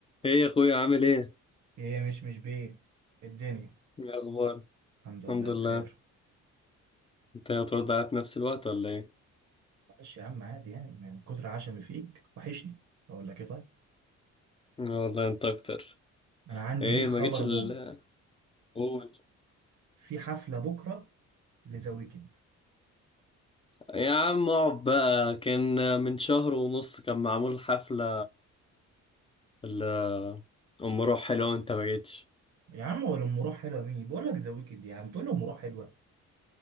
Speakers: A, on the left; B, on the right.
A: ايه يا اخويا عامل ايه؟
B: ايه مش مش بيه الدنيا
A: ايه اخبار؟
B: الحمد
A: الحمد
B: لله
A: لله
B: بخير
A: انت هترد عليا في نفس الوقت ولا ايه؟
B: معلش يا عم عادي يعني يعني كتر عشمي فيك وحشني اقول لك ايه طيب
A: آه والله انت اكتر
B: انا عندي
A: ايه
B: ليك خبر
A: ما جيتش ال
B: بوم
A: قول
B: في حفله بكره لذا ويكند
A: يا عم اقعد بقى كان من شهر ونص كان معمول حفلة ال ام روح حلوة وانت ما جيتش
B: يا عم ولا ام روح حلوه مين بقول لك ذا ويكند يا عم تقول لي ام روح حلوه